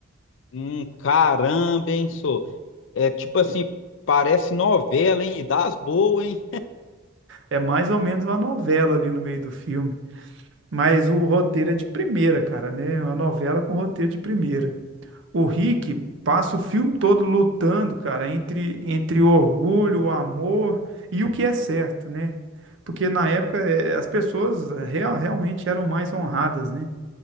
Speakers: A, on the left (about 65°); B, on the right (about 60°).
A: Hum, caramba, hein, sou. É tipo assim, parece novela, hein? E das boas, hein?
B: É mais ou menos uma novela ali no meio do filme. Mas o roteiro é de primeira, cara, né? Uma novela com roteiro de primeira. O Rick passa o filme todo lutando, cara, entre, entre o orgulho, o amor e o que é certo, né? Porque na época eh, as pessoas eh, real- realmente eram mais honradas, né?